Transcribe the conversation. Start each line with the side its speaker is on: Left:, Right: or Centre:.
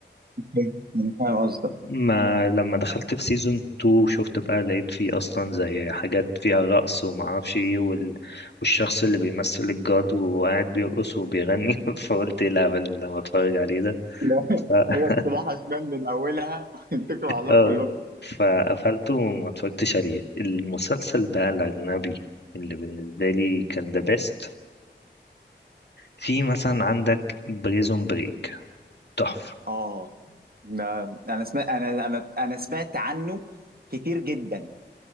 Right: أوكي، انا فاهم قصدك
Left: ما لما دخلت في سيزون 2 شفت بقى لقيت فيه اصلا زي حاجات فيها رقص وما اعرفش ايه وال... والشخص اللي بيمثل الجاد وقاعد بيرقص وبيغني <laughs> فقلت ايه الهبل اللي أنا بتفرج عليه ده
Right: لو <laughs>
Left: ف...
Right: هي
Left: <laughs>
Right: الصباح شمال من اولها <laughs> اتكلوا على الله
Left: آه.
Right: كلكم
Left: فقفلته وما اتفرجتش عليه المسلسل بقى الاجنبي اللي بالنسبه لي كان ذا بيست في مثلا عندك بريزون بريك تحفه
Right: اه ده انا سمعت انا انا انا سمعت عنه كتير جدا